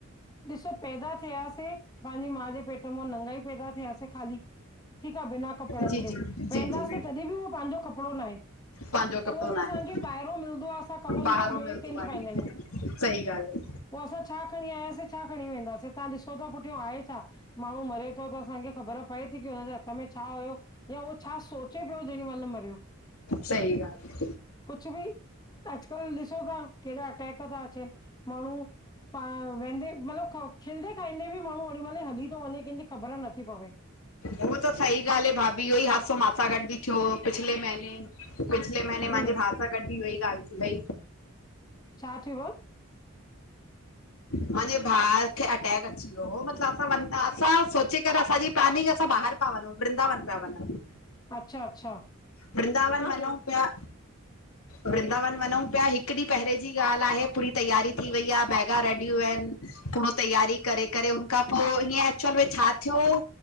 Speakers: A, on the left; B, on the left.
A: ॾिसो, पैदा थियासीं, पंहिंजे माउ जे पेट मां नंगाई पैदा थियासीं ख़ाली ठीकु आ बिना कपिड़नि
B: जी
A: जे,
B: जी
A: वेंदासे
B: जी जी
A: तॾहिं बि उहो पंहिंजो कपिड़ो ना हे।
B: पंहिंजो कपिड़ो
A: उहो
B: न
A: बि असांखे
B: आहे
A: ॿाहिरो मिलंदो आ, असां कफन
B: ॿाहिरो
A: जो ॿिए
B: मिलंदो
A: कंहिंजो
B: आहे
A: पाईंदा आहियूं।
B: सही गा्ल्हि
A: पो असां छा खणी आयासें, छा खणी वेंदासे, तहां ॾिसो त पुठियो आहे छा माण्हूं मरे तो त असांखे ख़बर पए थी, की हुनजे हथ में छा हुयो? या हो छा सोचे पियो, जेॾी महिल मरियो
B: सही ॻाल्ह आ
A: कुछु बि अॼुकल्ह ॾिसो ता केॾा अटैक ता अचेनि, माण्हूं पाण वेंदे मतिलब खिलदे - खाईंदे बि माण्हूं ओॾी महिल हली तो वंञे, केंजी ख़बर नथी पवे।
B: हू त सहीॻाल्हि आहे भाभी इह्यो ई हादसो मासा गॾु बि थियो पिछले महीने पिछले महीने
A: जी
B: मांजे भाउ सां गॾु बि इह्यो ई ॻाल्हि थी वई
A: छा थियुव?
B: मांजे भाउ खे अटैक अची वियो हो, मतलब असां- असां सोचे करे असांजी प्लनिंग असां बाहर पा वंञंउं, वृंदावन पिया वनंउं
A: अच्छा- अच्छा।
B: वृंदावन वनंउं पिया वृंदावन वञंउं पिया, हिकु ॾींहुं पहिरें जी ॻाल्हि आहे पूरी तैयारी थी वई आ बैगा रेडी यूं आहिन पूरो तैयारी करे-करे हुन खां पो हीअं एक्चुअल में छा थियो?